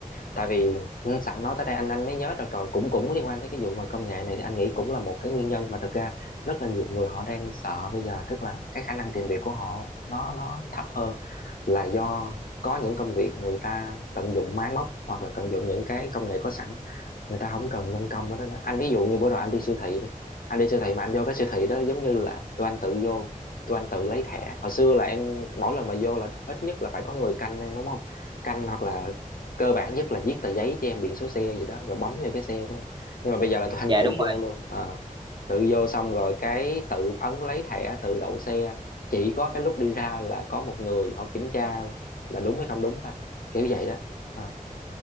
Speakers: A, on the left (about 80°); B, on the right (about 30°).
A: tại vì ừ, sẵn nói tới đây anh anh mới nhớ được rồi cũng cũng liên quan tới cái vụ mà công nghệ này thì anh nghĩ cũng là một cái nguyên nhân mà thực ra rất là nhiều người họ đang sợ bây giờ tức là cái khả năng tìm việc của họ nó nó thấp hơn là do có những công việc người ta tận dụng máy móc hoặc là tận dụng những cái công nghệ có sẵn người ta không cần nhân công ở đó nữa anh ví dụ như bữa rồi anh đi siêu thị đi anh đi siêu thị mà anh vô cái siêu thị đó giống như là tụi anh tự vô tụi anh tự lấy thẻ hồi xưa là em mỗi lần mà vô là ít nhất là phải có người canh em đúng không canh hoặc là cơ bản nhất là viết tờ giấy cho em biển số xe gì đó rồi bấm vô cái xe của em nhưng mà bây giờ là tụi anh
B: dạ
A: tự
B: đúng rồi
A: vô luôn à, tự vô xong rồi cái tự ấn lấy thẻ tự đậu xe chỉ có cái lúc đi ra là có một người họ kiểm tra là đúng hay không đúng thôi kiểu vậy đó à.